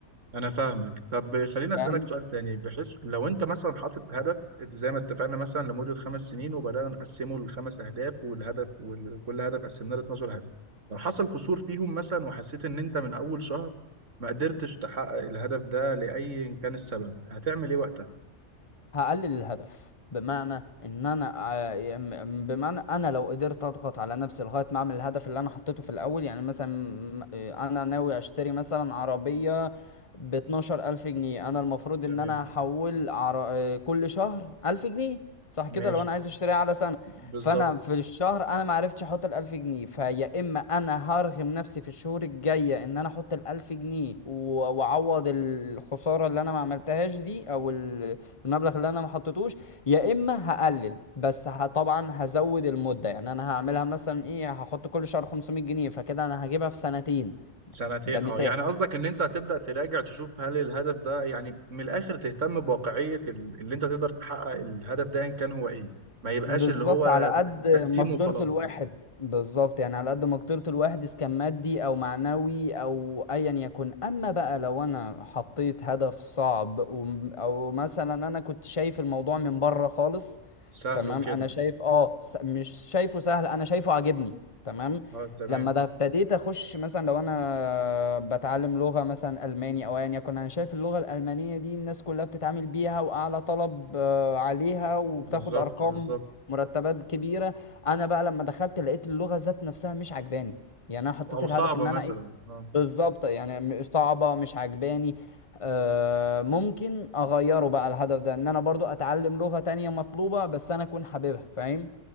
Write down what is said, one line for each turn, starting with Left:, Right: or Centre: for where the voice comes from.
Right: انا فاهمك طب خليني اسالك
Left: فاهم
Right: سؤال تاني بحيث لو انت مثلا حاطط هدف زي ما اتفقنا مثلا لمده خمس سنين وبدانا نقسمه لخمس اهداف والهدف وكل هدف قسمناه ل 12 هدف لو حصل قصور فيهم مثلا وحسيت ان انت من اول شهر ما قدرتش تحقق الهدف ده لاي إن كان السبب هتعمل ايه وقتها
Left: هقلل الهدف بمعنى ان انا آه، يم- بمعنى انا لو قدرت اضغط على نفسي لغايه ما اعمل الهدف اللي انا حطيته في الاول يعني مثلا م- آه، انا ناوي اشتري مثلا عربيه ب 12000 الف جنيه انا المفروض
Right: تمام
Left: ان انا احول عر... آه، كل شهر 1000 جنيه صح كده
Right: ماشي
Left: لو انا عايز اشتريها على سنه
Right: بالظبط
Left: فانا في الشهر انا ما عرفتش احط ال 1000 جنيه فيا اما انا هرغم نفسي في الشهور الجايه ان انا احط ال 1000 جنيه و- واعوض الخساره اللي انا ما عملتهاش دي او ال المبلغ اللي انا ما حطيتوش يا اما هقلل بس ه- طبعا هزود المده يعني انا هعملها مثلا ايه هحط كل شهر 500 جنيه فكده انا هجيبها في سنتين
Right: سنتين
Left: ده مثال
Right: اه يعني قصدك ان انت هتبدأ تراجع تشوف هل الهدف ده يعني من الاخر تهتم بواقعية ال- اللي انت تقدر تحقق الهدف ده ان كان هو ايه ما يبقاش
Left: بالظبط
Right: اللي هو
Left: على قد
Right: ت-
Left: مقدره
Right: تقسيمه وخلاص
Left: الواحد
Right: يعني
Left: بالظبط يعني على قد مقدره الواحد اذا كان مادي او معنوي او ايا يكن اما بقى لو انا حطيت هدف صعب وم- او مثلا انا كنت شايف الموضوع من بره خالص
Right: سهل
Left: تمام
Right: وكده
Left: انا شايف اه س- مش شايفه سهل انا شايفه عاجبني تمام
Right: اه تمام
Left: لما ده ابتديت اخش مثلا لو انا بتعلم لغة مثلا الماني او ايا يكن انا شايف اللغة الالمانية دي الناس كلها بتتعامل بيها واعلى طلب آه، عليها وبتاخد
Right: بالظبط
Left: ارقام
Right: بالظبط
Left: مرتبات كبيرة انا بقى لما دخلت لقيت اللغة ذات نفسها مش عجباني يعني انا حطيت
Right: او
Left: الهدف
Right: صعبة
Left: ان
Right: مثلا
Left: انا ايه
Right: اه
Left: بالظبط يعني م- صعبة مش عجباني آه، ممكن اغيره بقى الهدف ده ان انا برضو اتعلم لغة تانية مطلوبة بس انا اكون حاببها فاهم